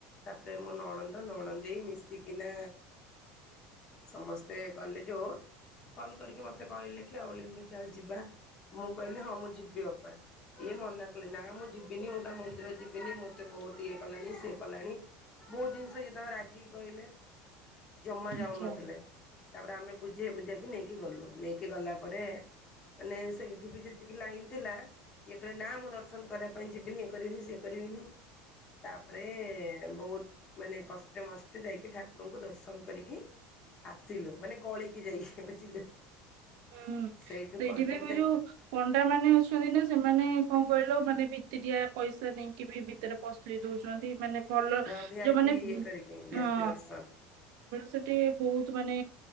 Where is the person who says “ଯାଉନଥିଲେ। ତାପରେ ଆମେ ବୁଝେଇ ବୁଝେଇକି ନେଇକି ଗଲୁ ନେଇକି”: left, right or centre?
Left